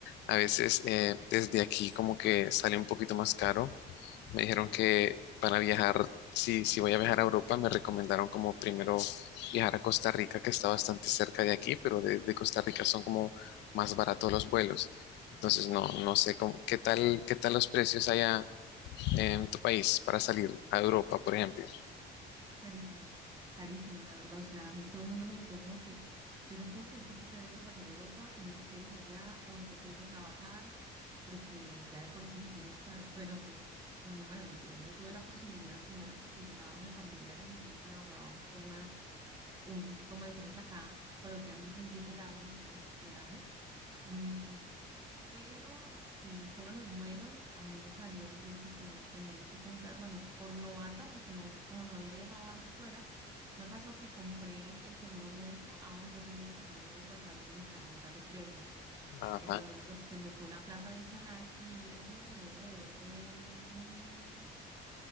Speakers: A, on the left; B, on the right.
A: a veces eh, desde aquí como que sale un poquito más caro Me dijeron que para viajar, si, si voy a viajar a Europa, me recomendaron como primero viajar a Costa Rica, que está bastante cerca de aquí, pero de, de Costa Rica son como más baratos los vuelos. Entonces, no, no sé cómo, qué tal, qué tal los precios allá en tu país para salir a Europa, por ejemplo.
B: Carísimos, carísimos, la verdad. O sea, a mí todo el mundo me decía como que yo no puedo creer que tú te vayas a pasar a Europa y no te quedes allá o no te quedes a trabajar, porque ya de por sí ir es caro. Pero pues, mm, bueno, yo digamos, yo tuve la posibilidad primero porque llegaba donde familiares, entonces me ahorraba un tema un, como decimos acá, coloquialmente un billete largo en hospedajes. Mm, pero sí, solo los vuelos, a mí me salió incluso pues ten- teniendo que comprar, bueno, por novata, porque no, como no había viajado antes fuera, me pasó que compré el seguro médico, aún yo teniendo seguro médico a través de mis tarjetas de crédito.
A: Ajá.
B: Entonces, pues se me fue una plata adicional y eso me salió alrededor de mil,